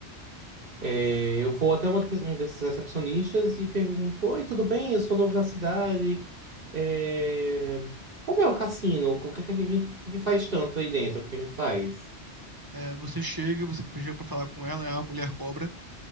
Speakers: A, on the right (about 50°); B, on the right (about 20°).
A: É, eu vou até uma, das- um desses recepcionistas e pergunto: Oi, tudo bem? Eu sou novo na cidade. É, Como é o cassino? O que é que a gente, o que é que faz tanto aí dentro? O que a gente faz?
B: É, você chega, você chega pra falar com ela, é a mulher cobra,